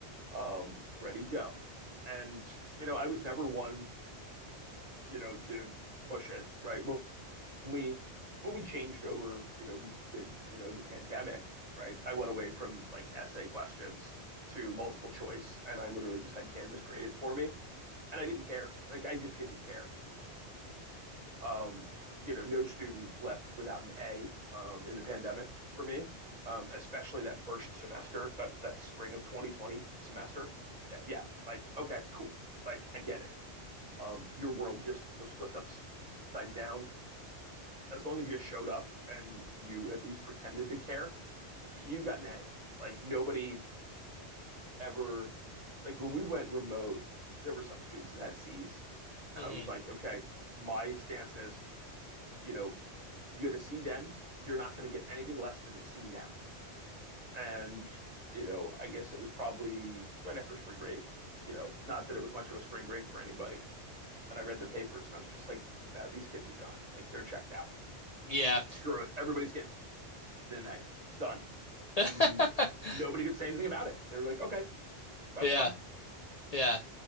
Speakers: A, on the right; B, on the left.
A: um, ready, go. And, you know, I was never one, you know, to push it, right? Well, when we when we changed over, you know, mid, you know, in the pandemic, right? I went away from like essay questions to multiple choice, and I literally just had Canvas graded for me, and I didn't care. Like I just didn't care. Um, you know, no student left without an A um, in the pandemic for me, um, especially that first semester, that that spring of 2020 semester. Th- Yeah, like okay, cool. Like I get it. Um, your world just was flipped upside down as long as you showed up and you at least pretended to care, you got an A. Like nobody ever, like when we went remote, there were some students that had C's, and
B: hmm
A: I was like, okay, my stance is, you know, you had a C then, you're not going to get anything less than a C now. And you know, I guess it was probably right after spring break. You know, not that it was much of a spring break for anybody. And I read their papers, and I was just like, now these kids are done. Like they're checked out.
B: Yeah.
A: Screw it. Everybody's getting the knife. Done.
B: <laughs>
A: And nobody could say anything about it. They were like, okay, that's
B: Yeah.
A: fine.
B: Yeah.